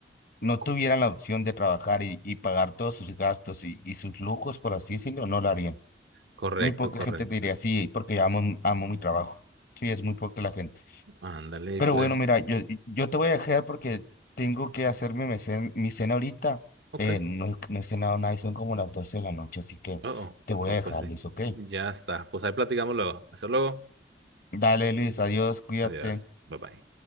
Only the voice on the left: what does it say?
no
tuvieran la opción de trabajar y, y pagar todos sus gastos y, y sus lujos, por así decirlo, no lo harían.
Muy poca
gente te diría, sí, porque amo, amo mi trabajo. Sí, es muy poca la gente.
Pero
bueno, mira, yo, yo te voy a dejar porque tengo que hacerme mi cen- mi cena, ahorita.
Eh, no, no he cenado nada y son como las 12 de la noche, así que
te voy
a dejar,
Luis, ¿ok?
Dale, Luis, adiós, cuídate.